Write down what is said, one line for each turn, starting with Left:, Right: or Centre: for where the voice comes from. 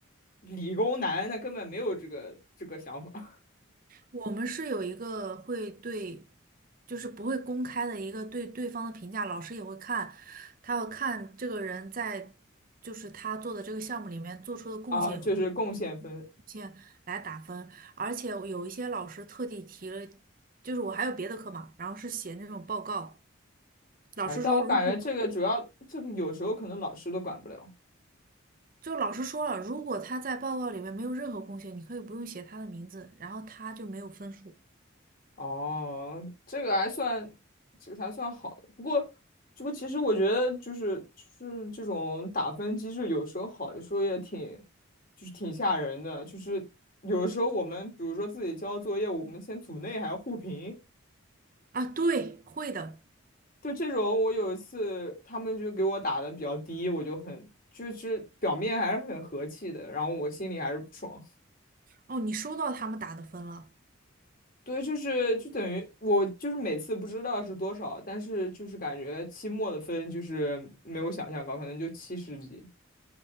Left: 理工男，他根本没有这个这个想法 <laughs>
Right: 我们是有一个会对，就是不会公开的一个对对方的评价，老师也会看，他要看这个人在就是他做的这个项目里面做出的贡献有多
Left: 啊，就是贡献分。
Right: 贡献来打分，而且我有一些老师特地提了，就是我还有别的课嘛，然后是写那种报告，老师说如果
Left: 哎，但我感觉这个主要这个有时候可能老师都管不了。
Right: 就老师说了，如果他在报告里面没有任何贡献，你可以不用写他的名字，然后他就没有分数
Left: 哦，这个还算，这个还算好的。不过，这个其实我觉得就是就是这种打分机制，有时候好，的时候也挺，就是挺吓人的。就是有的时候我们比如说自己交作业，我们先组内还要互评。
Right: 啊，对，会的，
Left: 就这种，我有一次他们就给我打的比较低，我就很就是表面还是很和气的，然后我心里还是不爽。
Right: 哦，你收到他们打的分了。
Left: 对，就是就等于我就是每次不知道是多少，但是就是感觉期末的分就是没有想象高，可能就七十几，